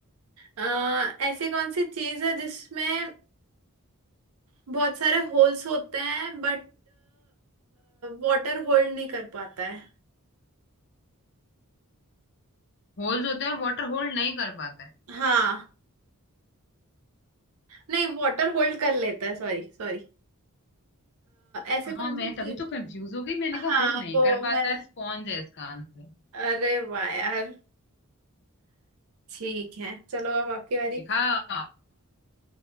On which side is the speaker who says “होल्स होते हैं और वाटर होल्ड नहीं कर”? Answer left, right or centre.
Left